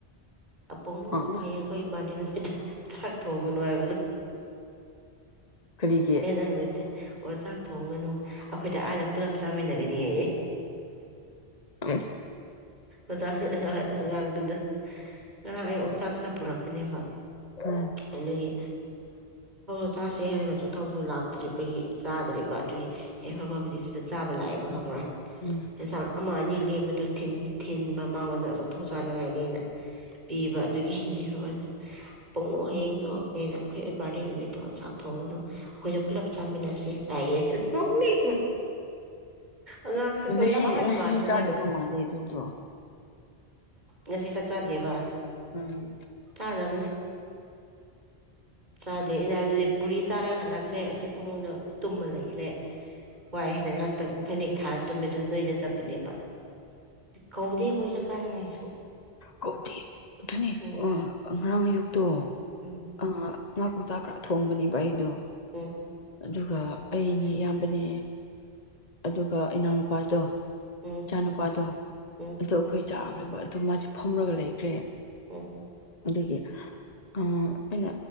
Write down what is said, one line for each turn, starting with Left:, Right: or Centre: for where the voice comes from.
Right: ꯑꯄꯣꯡꯅꫭ
Left: ꯑ
Right: ꯍꯌꯦꯡ ꯑꯩꯈꯣꯏ <unintelligible> ꯆꯥꯛ ꯊꯣꯡꯉꯨꯅꯨ ꯍꯥꯏꯕꯗꯣ
Left: ꯀꯔꯤꯒꯤ
Right: ꯌꯦꯟꯖꯥꯡ ꯂꯩꯇꯦ ꯑꯣ ꯆꯥꯛ ꯊꯣꯡꯒꯅꯨ ꯑꯩꯈꯣꯏꯗꯤ ꯑꯥꯗ ꯄꯨꯂꯞ ꯆꯥꯃꯤꯟꯅꯒꯅꯤꯍꯌꯦ
Left: ꯎꯝ
Right: <unintelligible> ꯑꯉꯥꯡꯗꯨꯗ ꯉꯔꯥꯡ ꯑꯩ ꯑꯣꯛꯆꯥꯛ ꯈꯔ ꯄꯨꯔꯛꯄꯅꯦꯕ
Left: ꯎꯝ
Right: ꯑꯗꯨꯒꯤ <unintelligible> ꯆꯥꯁꯦ ꯍꯥꯏꯔꯒ ꯆꯣꯟꯊꯧꯗꯨ ꯂꯥꯛꯇ꯭ꯔꯤꯕꯒꯤ ꯆꯥꯗ꯭ꯔꯦꯕ ꯑꯗꯨꯒꯤ ꯌꯥꯏꯐꯕꯕꯨꯗꯤ ꯁꯤꯗ ꯆꯥꯕ ꯂꯥꯛꯑꯦꯕ ꯈꯪꯕ꯭ꯔꯥ
Left: ꯎꯝ
Right: ꯌꯦꯟꯁꯥꯡ ꯑꯃ ꯑꯅꯤ ꯂꯦꯝꯕꯗꯨ ꯊꯤꯟ, ꯊꯤꯟꯕ ꯃꯥꯉꯣꯟꯗ ꯑꯗꯨꯝ ꯊꯧ ꯆꯥꯅꯤꯡꯉꯥꯏꯅꯤꯅ ꯄꯤꯕ ꯑꯗꯨꯒꯤꯗꯤ <unintelligible> ꯄꯨꯡꯉꯣ ꯍꯌꯦꯡꯗꯣ ꯑꯦꯅ ꯑꯩꯈꯣꯏ ꯕꯥꯔꯗꯦ ꯅꯨꯃꯤꯠꯇꯣ ꯆꯥꯛ ꯊꯣꯡꯉꯅꯨ ꯑꯩꯈꯣꯏꯗ ꯄꯨꯂꯞ ꯆꯥꯃꯤꯟꯅꯁꯦ ꯂꯥꯛꯑꯑꯦ ꯑꯉꯥꯡꯁꯨꯀꫭ
Left: ꯉꯁꯤ
Right: ꯌꯥꯝ ꯑꯍꯟ
Left: ꯉꯁꯤꯁꯨ
Right: ꯃꯥꯟꯕꯅꯦꯕ
Left: ꯆꯥꯗꯕ ꯃꯥꯜꯂꯦ ꯑꯗꯨꯗꯣ
Right: ꯉꯁꯤ ꯆꯥꯛ ꯆꯗꯦꯕ
Left: ꯎꯝ
Right: ꯆꯥꯗꯕꯅꯦ ꯆꯥꯗꯦ ꯑꯩꯅ ꯍꯥꯏꯕꯗꯨꯗꯤ ꯄꯨꯔꯤ ꯆꯥꯔꯒ ꯍꯜꯂꯛꯈ꯭ꯔꯦ ꯑꯁꯤ ꯐꯃꯨꯡꯗ ꯇꯨꯝꯃ ꯂꯩꯈ꯭ꯔꯦ ꯋꯥꯏ ꯍꯟꯅ ꯉꯍꯥꯛꯇꯪ ꯐꯅꯦꯛ ꯊꯥꯔ ꯇꯨꯝꯃꯦ ꯑꯗꯨ ꯅꯣꯏꯗ ꯆꯞꯄꯅꯦꯕ ꯀꯧꯗꯦ ꯃꯣꯏ ꯆꯥꯛ ꯆꯥꯔꯤꯉꯩꯁꯨ
Left: ꯀꯧꯗꯦ ꯑꯗꯨꯅꯦ
Right: ꯎꯝ
Left: ꯉꯔꯥꯡ ꯑꯌꯨꯛꯇꯣ
Right: ꯎꯝ
Left: ꯑ ꯉꯥꯀꯧꯇꯥꯥ ꯈꯔ ꯊꯣꯡꯕꯅꯦꯕ ꯑꯩꯗꯣ
Right: ꯎꯝ
Left: ꯑꯗꯨꯒ ꯑꯩꯅꯦ ꯏꯌꯥꯝꯕꯅꯦ ꯑꯗꯨꯒ ꯏꯅꯥꯎꯅꯨꯄꯥꯗꯣ
Right: ꯎꯝ
Left: ꯏꯆꯥꯅꯨꯄꯥꯗꯣ
Right: ꯎꯝ
Left: ꯑꯗꯣ ꯑꯩꯈꯣꯏ ꯆꯥꯛ <unintelligible> ꯑꯗꯨ ꯃꯥꯁꯦ ꯐꯝꯔꯒ ꯂꯩꯈ꯭ꯔꯦ
Right: ꯎꯝ
Left: ꯑꯗꯨꯒꯤ ꯑ ꯑꯩꯅ